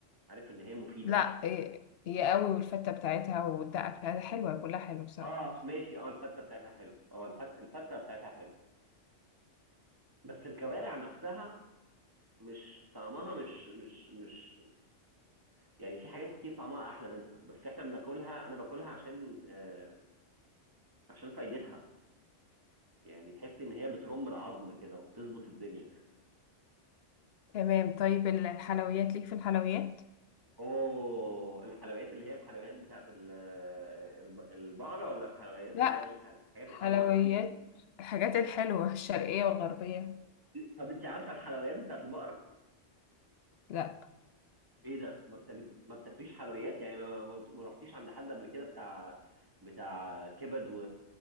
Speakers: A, on the right; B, on the left.
A: عارف ان هي مفيده
B: لا إيه، هي قوي والفتة بتاعتها والدقة بتاعتها حلوة كلها حلو بصراحة
A: اه ماشي اه الفته بتاعتها حلو اه الفت الفته بتاعتها حلو بس الكوارع نفسها مش طعمها مش مش مش يعني في حاجات كتير طعمها احلى منها بس احنا بناكلها انا باكلها عشان آه عشان فايدتها يعني تحس ان هي بترم العظم كده وبتظبط الدنيا
B: تمام طيب الحلويات ليك في الحلويات
A: اوه الحلويات اللي هي الحلويات بتاعت ال- الب- البقره ولا الحلويات
B: لا
A: اللي هي الح- الحاجات
B: حلويات
A: الحلوه <laughs>
B: الحاجات الحلوة الشرقية والغربية
A: طب انت عارفه الحلويات بتاعت البقره
B: لا
A: ايه ده ما بتاك... ما بتاكليش حلويات يعني ما... ما... ما رحتيش عند حد قبل كده بتاع بتاع كبد و...